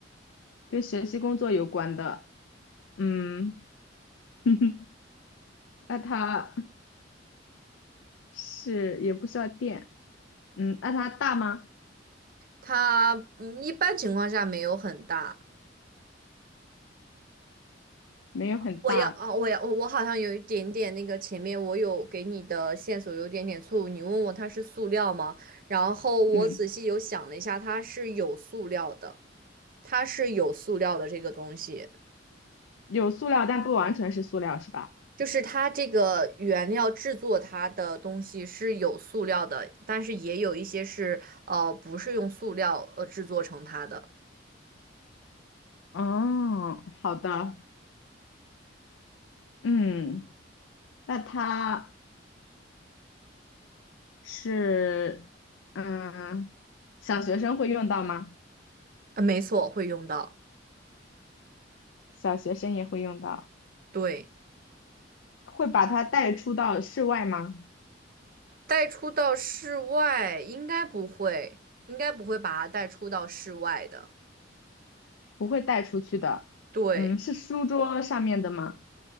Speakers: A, on the left; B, on the right.
A: 跟学习工作有关的，嗯，<laughs> 那它是也不需要电，嗯，那它大吗？
B: 它嗯一般情况下没有很大。
A: 没有很大，
B: 我要啊，我要我我好像有一点点那个前面我有给你的线索有点点错误，你问我它是塑料吗？然后我仔细有想了一下，
A: 嗯，
B: 它是有塑料的，它是有塑料的这个东西，
A: 有塑料，但不完全是塑料，是吧？
B: 就是它这个原料制作它的东西是有塑料的，但是也有一些是呃不是用塑料呃制作成它的，
A: 哦，好的，嗯，那它是，嗯，小学生会用到吗？
B: 呃，没错，会用到，
A: 小学生也会用到，
B: 对。
A: 会把它带出到室外吗？
B: 带出到室外应该不会，应该不会把它带出到室外的。
A: 不会带出去的。
B: 对，
A: 嗯，是书桌上面的吗？